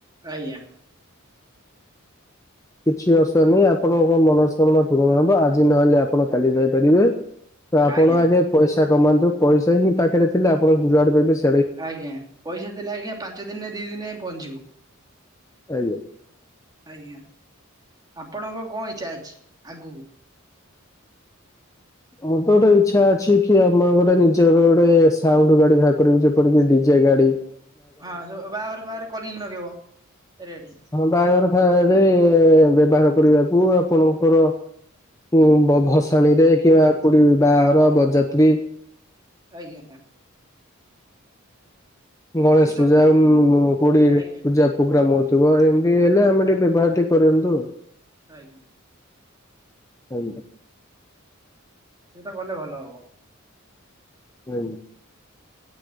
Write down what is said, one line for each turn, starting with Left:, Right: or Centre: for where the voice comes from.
Right: ଆଜ୍ଞା।
Left: କିଛି ଅସୁବିଧା ନାହିଁ ଆପଣଙ୍କ ମନସ୍କାମନା ପୂରଣ ହବ ଆଜି ନହେଲେ ଆପଣ କାଲି ଯାଇପାରିବେ। ତ ଆପଣ
Right: ଆଜ୍ଞା
Left: ଆଗେ ପଇସା କମାନ୍ତୁ ପଇସା ହିଁ ପାଖରେ ଥିଲେ ଆପଣ ଯୁଆଡେ଼ ପାଇବେ ସିଆ
Right: ଆଜ୍ଞା ପଇସା ଥିଲା ଆଜ୍ଞା, ପାଞ୍ଚ ଦିନ ନା ଦି ଦିନ ଯାଇ ପହଞ୍ଚିବ।
Left: ଆଜ୍ଞା।
Right: ଆଜ୍ଞା, ଆପଣଙ୍କ କଣ ଇଚ୍ଛା ଅଛି ଆଗକୁ?
Left: ମୋର ତ ଗୋଟେ ଇଛା ଅଛି କି ଆମର ଗୋଟେ ନିଜର ଗୋଟେ ସାଉଣ୍ଡ ଗାଡ଼ି ବାହାର କରିବୁ, ଯେ ଏପରିକି ଡି଼ଜେ ଗାଡ଼ି
Right: ହଁ ଯୋ ବାହାଘରେ ଫାଘରେ କଲିଙ୍ଗ୍ ଲଗେଇବ ରେଡି।
Left: ହଁ ବାହାଘର ଫାଘରେ-ଏ-ଏ-ଏ ବ୍ୟବହାର କରିବାକୁ ଆପଣଙ୍କର ଉ-ଉ ଭସାଣିରେ କିମ୍ବା କୋଉଠି ବାହାଘର, ବରଯାତ୍ରୀ
Right: ଆଜ୍ଞା।
Left: ଗଣେଶ
Right: ଏଇ ସବୁ
Left: ପୂଜା ଉ-ଉ-ଉ-ଉ କୋଡି଼
Right: ଆଜ୍ଞା
Left: ପୂଜା ପ୍ରୋଗ୍ରାମ ହଉଥିବ ଏମିତି ହେଲେ ଆମେ ଟିକେ ବ୍ୟବହାର ଟିକେ କରନ୍ତୁ।
Right: ଆଜ୍ଞା।
Left: ଆଜ୍ଞା।
Right: ସେଇଟା କଲେ ଭଲ ହବ।
Left: ହ <unintelligible>